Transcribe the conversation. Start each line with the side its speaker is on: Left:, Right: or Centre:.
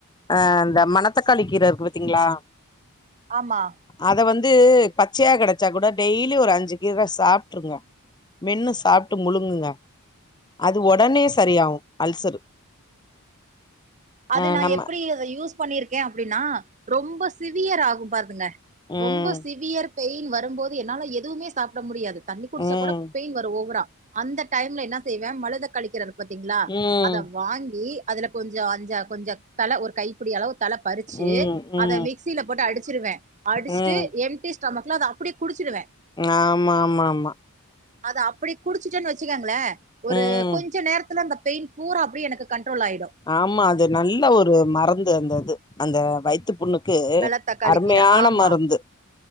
Left: அ அந்த மணத்தக்காளி கீரருக்கு பாத்தீங்ளா
Right: ஆமா
Left: அத வந்து பச்சயா கெடச்சா கூட டெய்லி ஒரு அஞ்சு கீர சாப்ட்ருங்க மென்னு சாப்ட்டு முழுங்குங்க அது ஒடனே சரியாவு அல்சரு
Right: அது
Left: ஆ
Right: நா
Left: நம்ம
Right: எப்டி அத யூஸ் பண்ணிருக்கே அப்டின்னா ரொம்ப சிவியராகு பார்துங்க
Left: ம்
Right: ரொம்ப சிவியரு பெயின் வரும்போது என்னால எதுமே சாப்ட முடியாது தண்ணி குடிச்சா
Left: ம்
Right: கூட பெயின் வரு ஓவரா அந்த டைம்ல என்ன செய்வே மணதக்காளிக்கீர பாத்தீங்ளா
Left: ம்
Right: அத வாங்கி அதுல கொஞ்சொ அஞ்ச கொஞ்சொ தழ ஒரு கைப்பிடி அளவு தழ பறிச்சு
Left: ம் ம்
Right: அத மிக் ஸில போட்டு அடிச்சிருவே அடிச்ட்டு
Left: ம்
Right: எம்டி ஸ்டொமக்ல அத அப்டியே குடிச்சிருவே
Left: ஆமாமாமா
Right: அத அப்டி குடிச்சுட்டே வச்சுக்கங்ளே ஒரு
Left: ம்
Right: கொஞ்ச நேரத்துல அந்த பெயின் பூரா அப்டி எனக்கு கன்ட்ரோல் ஆயிடு
Left: ஆமா அது நல்ல ஒரு மரந்து அந்த இது அந்த வயித்து புண்ணு க்கு
Right: வெள்ள தக்காளி
Left: அருமயான
Right: கீர ஆமா
Left: மருந்து